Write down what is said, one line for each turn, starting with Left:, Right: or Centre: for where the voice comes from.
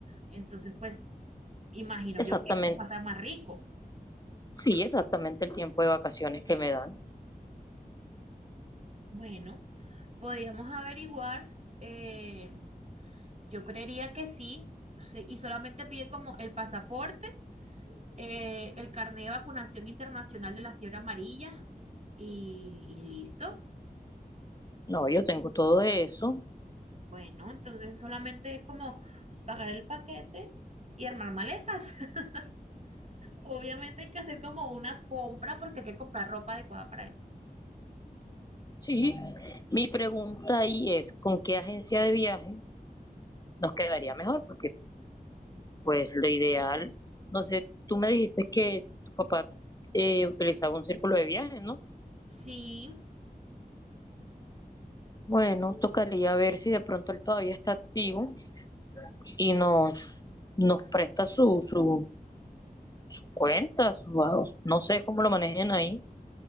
Right: entonces pues imagino
Left: Exactamente,
Right: yo que pasa más rico.
Left: sí, exactamente el tiempo de vacaciones que me dan.
Right: Bueno, podríamos averiguar, eh, yo creería que sí, sí, y solamente piden como el pasaporte, eh, el carnet de vacunación internacional de la fiebre amarilla y y listo.
Left: No, yo tengo todo eso.
Right: Bueno, entonces solamente es como pagar el paquete y armar maletas. <laughs> Obviamente hay que hacer como una compra porque hay que comprar ropa adecuada para eso.
Left: Sí, mi pregunta ahí es, ¿con qué agencia de viaje nos quedaría mejor? Porque pues lo ideal, no sé, tú me dijiste que tu papá eh, utilizaba un círculo de viaje, ¿no?
Right: Sí,
Left: Bueno, tocaría ver si de pronto él todavía está activo y nos, nos presta su, su, su cuenta, su, no sé cómo lo manejen ahí.